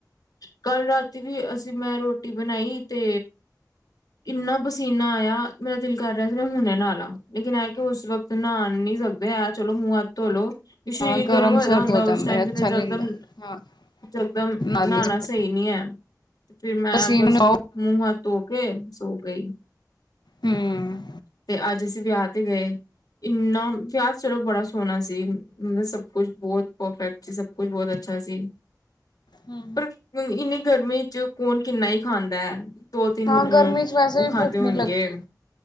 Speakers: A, on the left; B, on the left.
A: ਕੱਲ ਰਾਤੀ ਵੀ ਅਸੀਂ ਮੈਂ ਰੋਟੀ ਬਣਾਈ ਤੇ ਇੰਨਾ ਪਸੀਨਾ ਆਇਆ ਮੇਰਾ ਦਿਲ ਕਰ ਰਿਹਾ ਸੀ ਮੈਂ ਹੁਣੇ ਨਾਲਾ ਲੇਕਿਨ ਐ ਕਿਉ ਉਸ ਵਕ ਤੇ ਨਹਾਣ ਨੀ ਸਕਦੇ ਏ ਚਲੋ ਮੂੰਹ ਹੱਥ ਧੋਲੋ। ਸਰੀਰ
B: ਹਾਂ
A: ਗਰਮ ਹੋਏ
B: ਸਰਦ
A: ਦਾ ਹੁੰਦਾ
B: ਹੋ ਜਾਂਦਾ
A: ਉਸ ਟਾਈਮ
B: ਹੈ
A: ਜਿਵੇਂ
B: ਅੱਛਾ
A: ਜਗਦਮ
B: ਨਹੀਂ ਹੁੰਦਾ ਹਾਂ
A: ਜਗਦਮ
B: ਮਾਰ
A: ਨਹਾਣਾ
B: ਨਹੀਂ ਸਕਦੇ
A: ਸ ਸਹੀ ਨੀ ਏ ਤੇ ਫਿਰ ਮੈਂ
B: ਪਸੀਨ
A: ਬਸ ਮੂੰਹ ਹੱਥ ਧੋ ਕੇ ਸੋ ਗਈ।
B: ਹਮ
A: ਤੇ ਅੱਜ ਅਸੀਂ ਵਿਆਹ ਤੇ ਗਏ। ਇੰਨਾ ਵਿਆਹ ਚਲੋ ਬੜਾ ਸੋਹਣਾ ਸੀ। ਸਭ ਕੁਛ ਬੋਤ ਪਰਫੈਕਟ ਸੀ ਸਭ ਕੁਝ ਬਹੁਤ ਅੱਛਾ ਸੀ।
B: ਹੂੰ-ਹੂੰ
A: ਪਰ ਇੰਨੀ ਗਰਮੀ ਚ ਕੋਣ ਕਿੰਨਾ ਈ ਖਾਂਦਾ ਏ ਦੋ ਤਿੰਨ
B: ਹਾਂ
A: ਅ
B: ਗਰਮੀ ਚ ਵੈਸੇ
A: ਉਹ ਖਾਦੇ
B: ਵੀ ਭੁੱਖ
A: ਹੋਣਗੇ
B: ਨੀ ਲੱਗਦੀ